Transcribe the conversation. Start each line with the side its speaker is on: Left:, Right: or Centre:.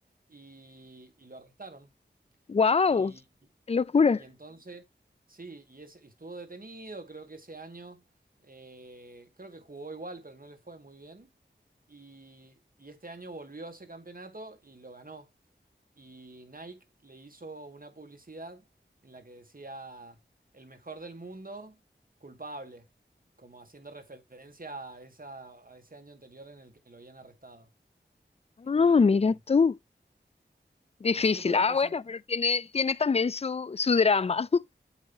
Right: y, y lo arrestaron.
Left: Wow,
Right: Y,
Left: qué locura.
Right: y entonces, sí, y, ese- y estuvo detenido, creo que ese año, eh, creo que jugó igual, pero no le fue muy bien. Y, y este año volvió a ese campeonato y lo ganó. Y Nike le hizo una publicidad en la que decía, el mejor del mundo, culpable, como haciendo referencia a, esa, a ese año anterior en el que lo habían arrestado. Em,
Left: Ah, mira tú. Difícil.
Right: así que por ahí
Left: Ah,
Right: pasan
Left: bueno, pero tiene, tiene también su, su drama. <laughs>